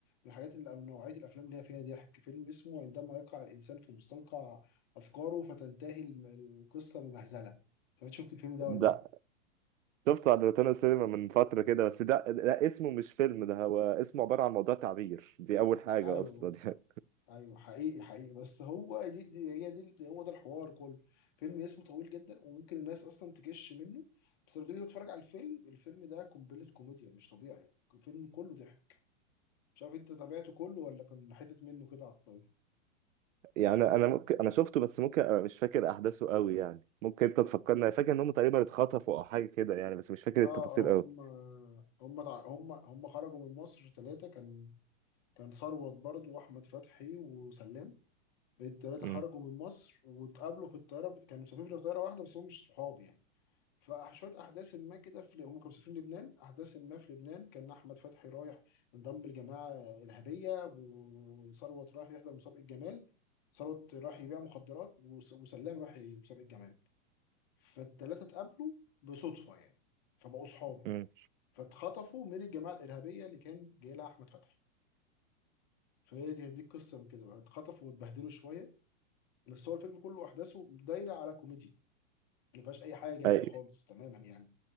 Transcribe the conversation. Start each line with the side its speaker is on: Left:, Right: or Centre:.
Left: الحاجات اللي او نوعيه الافلام اللي هي فيها ضحك فيلم اسمه عندما يقع الانسان في مستنقع افكاره فتنتهي الم- القصه بمهزله فانت شفت الفيلم ده
Right: ده
Left: ولا لا
Right: شفته على روتانا سينما من فترة كده بس ده ده اسمه مش فيلم ده هو اسمه عبارة عن موضوع تعبير دي أول حاجة
Left: ايوه
Right: أصلا يعني
Left: ايوه حقيقي حقيقي بس هو دي, دي هي دي هو ده الحوار كله فيلم اسمه طويل جدا وممكن الناس اصلا تكش منه بس لما تيجي تتفرج على الفيلم الفيلم ده قنبله كوميديا مش طبيعي الفيلم كله ضحك مش عارف انت تابعته كله ولا كان حتة منه كده على الطاولة
Right: <laughs> يعني أنا ممكن أنا شفته بس ممكن أبقى مش فاكر أحداثه قوي يعني ممكن أنت تفكرني أنا فاكر إن هم تقريبا اتخطفوا أو حاجة كده يعني بس مش فاكر
Left: اه
Right: التفاصيل قوي
Left: هم هم تع- هم هم خرجوا من مصر ثلاثة كان كان ثروت برضو واحمد فتحي وسلام الثلاثة
Right: امم
Left: خرجوا من مصر واتقابلوا في الطيارة ب- كانوا مسافرين في طيارة واحدة بس هم مش صحاب يعني فشوية أحداث ما كده في هم كانوا مسافرين لبنان أحداث ما في لبنان كان أحمد فتحي رايح انضم لجماعة إرهابية وثروت رايح يحضر مسابقة جمال ثروت راح يبيع مخدرات وس- وسلام راح مسابقة جمال فالتلاتة اتقابلوا بصدفة يعني فبقوا صحاب
Right: امم
Left: فاتخطفوا من الجماعة الإرهابية اللي كان جاي لها أحمد فتحي فهي دي دي القصة من كده بقى اتخطفوا واتبهدلوا شوية بس هو الفيلم كله أحداثه دايرة على كوميديا ما فيهاش أي حاجة جد
Right: أيوة
Left: خالص تماما يعني